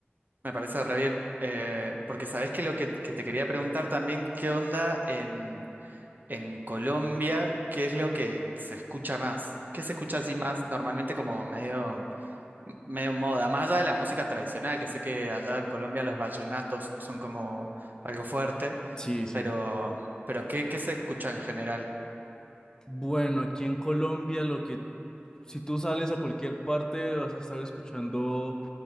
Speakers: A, on the right; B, on the left.
A: Me parece re bien, eh, porque sabés que lo que, que te quería preguntar también, ¿qué onda en, en Colombia? ¿Qué es lo que se escucha más? ¿Qué se escucha así más normalmente como medio, medio moda? Más allá de la música tradicional, que sé que allá en Colombia los vallenatos son como algo fuerte,
B: Sí, sí.
A: pero, pero ¿qué, qué se escucha en general?
B: Bueno, aquí en Colombia lo que si tú sales a cualquier parte, vas a estar escuchando